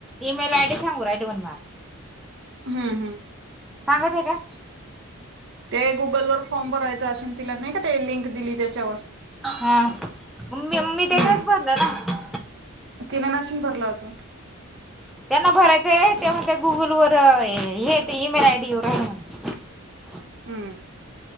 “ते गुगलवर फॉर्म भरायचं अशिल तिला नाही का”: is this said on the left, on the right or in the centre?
Right